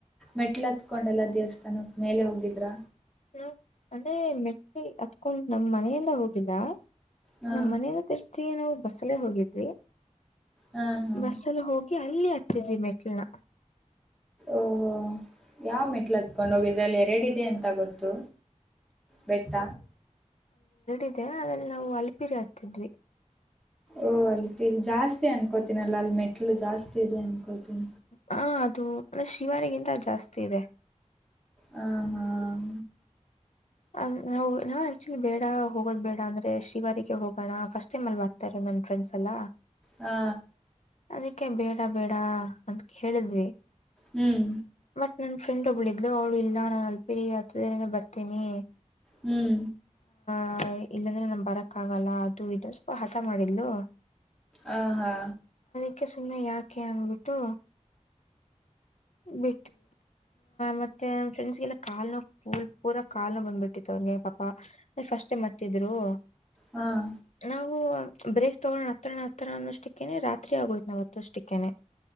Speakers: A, in the centre; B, on the left (about 65°).
A: ಮೆಟ್ಲ್ ಹತ್ಕೊಂಡಲ್ಲ ದೇವಸ್ಥಾನ ತನ್ನ ಮೇಲೆ ಹೋಗಿದ್ರ
B: ಹ ಮನೆ ಮೆಟ್ಟಿ ಹತ್ಕೊಂಡ್ ನಮ್ ಮನೆಯಲ್ಲ ಹೋಗಿಲ್ಲ
A: ಹಾ
B: ನಮ್ಮ್ ಮನೆ ಏನಂತೀರಾ ಜೊತೆಗೆ ನಾವು ಬಸ್ಸಲ್ಲೇ ಹೋಗಿದ್ವಿ
A: ಹಾ ಹಾ
B: ಬಸ್ಸಲ್ಲಿ ಹೋಗಿ ಅಲ್ಲಿ ಹತ್ತಿದ್ವಿ ಮೆಟ್ಟಿಲುನಾ
A: ಓಹೋ
B: ಹ
A: ಯಾವ ಮೆಟ್ಲು ಹತ್ಕೊಂಡು ಹೋಗಿದ್ರೆ ಅಲ್ಲಿ ಎರಡಿದೆ ಅಂತ ಗೊತ್ತು ಬೆಟ್ಟ
B: ಇದೆ ಅದ್ರಲ್ಲಿ ನಾವು ಅಲ್ಪಿರಿ ಹತ್ತಿದೆವು
A: ಓ.. ಅಲ್ಲಿ ಜಾಸ್ತಿ ಅನ್ಕೋತಿನಲ್ಲ ಅಲ್ಲಿ ಮೆಟ್ಟಿಲು ಮೆಟ್ಟಿಲು ಜಾಸ್ತಿ ಇದೆ ಅನ್ಕೋಳ್ತೀನಿ
B: ಹಾ ಅದು ಅಂದ್ರೆ ಶಿವಾರಿಗಿಂತ ಜಾಸ್ತಿ ಇದೆ
A: ಹಾಂ ಹಾಂ
B: ಅ ನಾವು ಆಕ್ಚುಲಿ ಬೇಡ ಹೋಗೋದ್ ಬೇಡ ಅಂದ್ರೆ ಶ್ರಿವಾರಿಗೆ ಹೋಗೋಣ ಫಸ್ಟ್ ಟೈಮ್ ಅಲ್ಲಿ ಬರ್ತಾ ಇರೋದು ನನ್ನ ಫ್ರೆಂಡ್ಸ್ ಎಲ್ಲಾ
A: ಹಾ
B: ಅದಕ್ಕೆ ಬೇಡ ಬೇಡ ಅಂತ ಕೇಳಿದ್ವಿ
A: ಹ್ಮ್
B: ನನ್ನ ಫ್ರೆಂಡ್ ಒಬ್ಬಳು ಇದ್ದಳು ಅವಳು ಇಲ್ಲ ನಾನು ಅಲ್ಪಿರಿ ಹತ್ತದೇರನೇ ಬರ್ತೀನಿ
A: ಹ್ಮ್
B: ಆ ಇಲ್ಲಾಂದ್ರೆ ನಮ್ ಬರಕ್ ಆಗಲ್ಲಾ ಅದು ಇದು ಸ್ವಲ್ಪ ಹಠ ಮಾಡಿದಳು
A: ಹಾಹಾ
B: ಯಾಕೆ ಸುಮ್ನೆ ಯಾಕೆ ಅನ್ಬಿಟ್ಟು ಬ ಮತ್ತೆ ನಮ್ಮ್ ಫ್ರೆಂಡ್ಸ್ಗೆಲ್ಲ ಕಾಲ್ ನೋ <unintelligible> ಲ್ ಪೂರಾ ಕಾಲು ಬಂದ್ಬಿಟ್ಟಿತ್ತು ಅವ್ರಿಗೆ ಪಾಪಾ ಅಂದ್ರೆ ಫಸ್ಟ್ ಮತ್ತಿದ್ರು <unintelligible>
A: ಹಾಂ
B: ನಾವು ಬ್ರೇಕ್ ತಗೋಣ ಹತ್ರನ ಹತ್ರ ಅನ್ನೋಷ್ಟಕ್ಕೇನೆ ರಾತ್ರಿ ಆಗೋದ್ ನಾವ್ ಹತ್ತ ಅಷ್ಟಕ್ಕೇನೆ